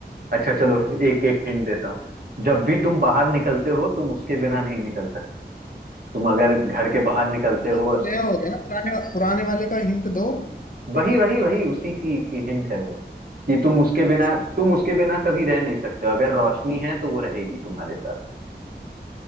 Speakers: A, on the right; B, on the left.
A: अच्छा चलो एक एक हिंट देता हूँ जब भी तुम बाहर निकलते हो तुम उसके बिना नहीं निकल सकते तुम अगर घर के बाहर निकलते
B: नहीं
A: हो
B: अब
A: और
B: तो नया हो गया ना पुराने पुराने वाले का हिंट दो
A: वही वही वही उसी की, की हिंट है वो कि तुम उसके
B: अच्छा
A: बिना तुम उसके बिना कभी रह नहीं सकते हो अगर रोशनी है तो वो रहेगी तुम्हारे साथ